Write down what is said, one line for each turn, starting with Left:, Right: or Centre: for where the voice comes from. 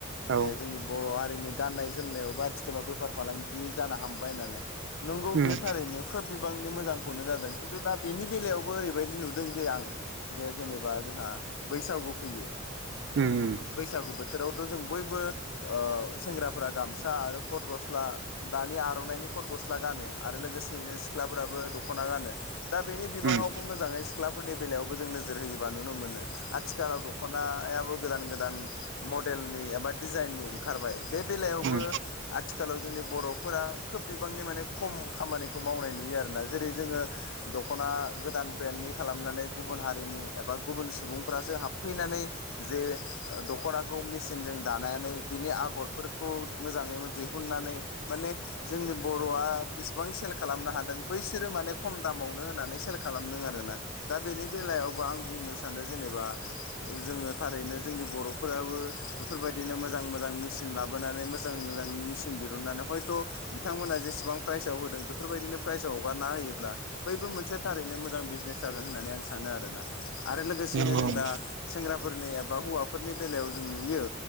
Left: जे
Right: औ
Left: जोंनि बर' हारिनि गाननाय जोमनायाव बा आथिखालाव बेफार फालांगि जानो हमबाय होननानै नंगौ
Right: उम
Left: बेयो थारैनो खोब बिबांनि मोजांखौनो जादों खिन्थु दा बेनि बेलायावबो ओरैबायदि नुदों जे आं जे जेनेबा जोंहा बैसागु फैयो
Right: ओम उम
Left: बैसागु बोथोरावथ' जों बयबो सेंग्राफोरा गामसा आरो कथ गस्ला दा नि आर'नाइनि खद गस्ला गानो आरो लोगोसेयैनो सिख्लाफोराबो दख'ना गानो दा बेनि बिबाङाव
Right: उम
Left: बुं मोजाङै सिख्लाफोरनि बेलायावबो जों नोजोर होयोबा नुनो मोनो आथिखालाव दख'नायाबो गोदान गोदान मडेलनि एबा डिजाइननि ओंखारबाय बे बेलायावबो
Right: उम
Left: आथिखालाव जोंनि बर'फोरा खोब बिबांनि माने खम खामानिखौ मावनाय नुयो आरो जेरै जोङो दख'ना गोदान ब्रेन्डनि खालामनानै गुबुन हारिनि एबा गुबुन सुबुं फ्रासो हाबफैनानै जे दखनाखौ मेसिनजों दानानै बिनि आगरफोरखौ मोजाङै दिहुननानै माने जोंनि बर'आ बेसेबां सेल खालामनो हादों बै बिसोरो माने खम दामावनो होनानै सेल खालामदों आरोना दा बेनि बेलायावबो आं बुंनो सानो जेनेबा जोङो थारैनो जोंनि बर'फोराबो बेफोरबायदिनो मोजां मोजां मेचिन ला बोनानै मोजां मोजां मेसिन दिहुननानै हयथ' बिथांमोना जेसेबां प्राइजाव होदों बेफोरबायदिनो प्राइजाव हगारना होयोब्ला बैबो मोनसे थारैनो मोजां बिजनेस जागोन होननानै आं सानो आरोना आरो लोगोसे
Right: नंगौ
Left: नो जों
Right: उम
Left: दा सेंग्राफोरनि एबा हौवाफोरनि बेलायाव जों नुयो